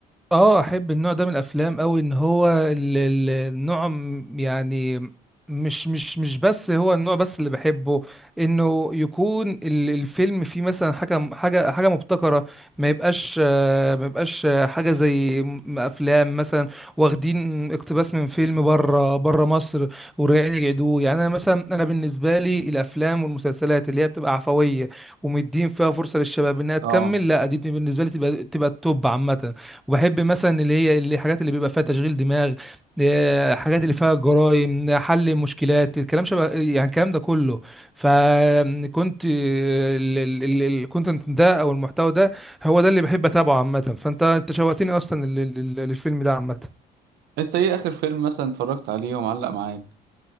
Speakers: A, in the centre; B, on the right.
A: اه احب النوع ده من الافلام قوي ان هو ال- ال- النوع م- يعني مش مش مش بس هو النوع بس اللي بحبه انه يكون ال- الفيلم فيه مثلا حاجه حاجه حاجه مبتكره ما يبقاش آه، ما يبقاش آه، حاجه زي م- افلام مثلا واخدين اقتباس من فيلم بره بره مصر ورجعين يعيدوه يعني انا مثلا انا بالنسبه لي الافلام والمسلسلات اللي هي بتبقى عفويه ومدين فيها فرصه للشباب انها تكمل
B: اه
A: لا دي بالنسبه لي تبقى تبقى التوب عامه وبحب مثلا اللي هي الحاجات اللي بيبقى فيها تشغيل دماغ آه، حاجات اللي فيها جرائم حل مشكلات الكلام شبه يعني الكلام ده كله فكنت الكونتنت ده او المحتوى ده هو ده اللي بحب اتابعه عامه فانت انت شوقتني اصلا لل- لل- للفيلم ده عامه
B: انت ايه اخر فيلم مثلا اتفرجت عليه ومعلق معاك